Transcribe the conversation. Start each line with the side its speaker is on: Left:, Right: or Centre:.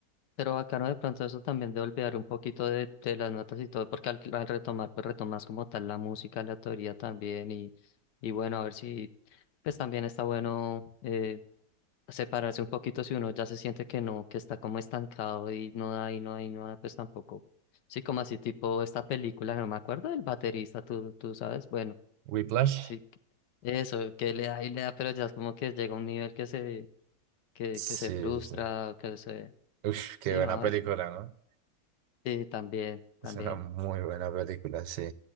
Left: pero bacano de pronto eso también de olvidar un poquito de, de las notas y todo, porque al, al retomar, pues retomas como tal la música, la teoría también, y, y bueno, a ver si, pues también está bueno eh, separarse un poquito si uno ya se siente que no, que está como estancado y no da, y no da, y no da, pues tampoco. Sí, como así tipo esta película, no me acuerdo del baterista, tú, tú sabes, bueno.
Right: Whiplash.
Left: Sí, que- eso, que le da y le da, pero ya es como que llega a un nivel que se, que,
Right: Sí,
Left: que se frustra,
Right: sí, sí.
Left: que se...
Right: Uf, qué
Left: Sí,
Right: buena
Left: no,
Right: película,
Left: es...
Right: ¿no?
Left: Sí, también, también.
Right: Es una muy buena película, sí.